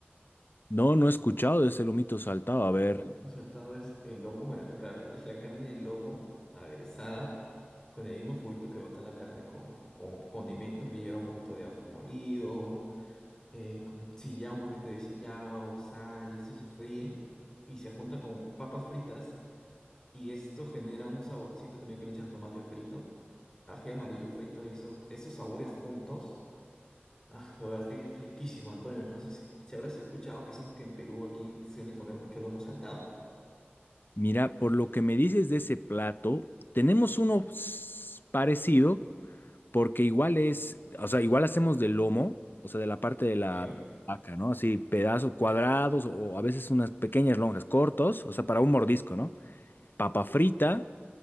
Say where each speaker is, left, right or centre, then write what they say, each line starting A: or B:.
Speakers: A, on the left (about 55°); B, on the left (about 15°).
A: No, no he escuchado de ese lomito saltado, a ver.
B: El lomito saltado es el lomo, bueno, la, claro, <laughs> la la carne del lomo aderezada, con el mismo juguito que bota la carne, con, con condimentos que lleva un poquito de ajo molido, eh, como sillao, un poquito de sillao, sal, y esto se fríe y se junta con papas fritas, y esto genera un saborcito también que le echan tomate frito, ají amarillo frito, y esos, esos sabores juntos. Ah, la verdad que es riquísimo, Antonio. No sé si, si habrás escuchado quizás que en Perú aquí suelen comer mucho lomo saltado.
A: Mira, por lo que me dices de ese plato, tenemos uno s- parecido, porque igual es, o sea, igual hacemos de lomo, o sea, de la parte de la
B: Claro.
A: vaca, ¿no? Así pedazos cuadrados o a veces unas pequeñas lonjas cortos, o sea, para un mordisco, ¿no? Papa frita,